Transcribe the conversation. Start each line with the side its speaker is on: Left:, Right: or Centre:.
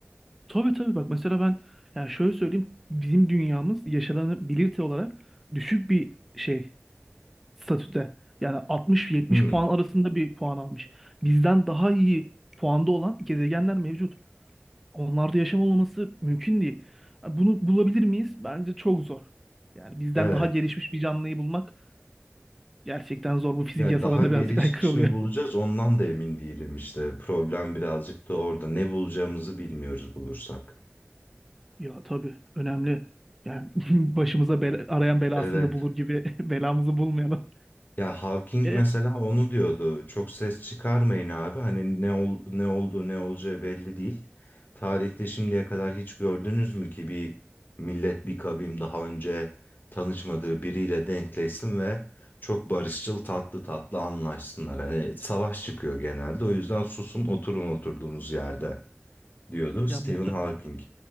Centre: tabii tabii bak mesela ben yani şöyle söyleyeyim bizim dünyamız yaşanabilirte olarak düşük bir şey. statüde. Yani 60-70
Left: Hmm.
Centre: puan arasında bir puan almış. Bizden daha iyi puanda olan gezegenler mevcut. Onlarda yaşam olmaması mümkün değil. Bunu bulabilir miyiz? Bence çok zor. Yani bizden
Left: Evet.
Centre: daha gelişmiş bir canlıyı bulmak gerçekten zor. Bu fizik
Left: Yani
Centre: yasalarına
Left: daha gelişmiş
Centre: birazcık <laughs> aykırı oluyor.
Left: mi bulacağız ondan da emin değilim işte. Problem birazcık da orada. Ne bulacağımızı bilmiyoruz bulursak.
Centre: Ya tabii önemli. Yani <laughs> başımıza bela, arayan belasını
Left: Evet.
Centre: da bulur gibi <laughs> belamızı bulmayalım.
Left: Ya Hawking
Centre: E,
Left: mesela onu diyordu. Çok ses çıkarmayın abi. Hani ne ol, ne olduğu ne olacağı belli değil. Tarihte şimdiye kadar hiç gördünüz mü ki bir millet bir kavim daha önce tanışmadığı biriyle denkleşsin ve çok barışçıl tatlı tatlı anlaşsınlar. Hani savaş çıkıyor genelde. O yüzden susun oturun oturduğunuz yerde. diyordu
Centre: ya
Left: Stephen
Centre: muhtemelen
Left: Hawking.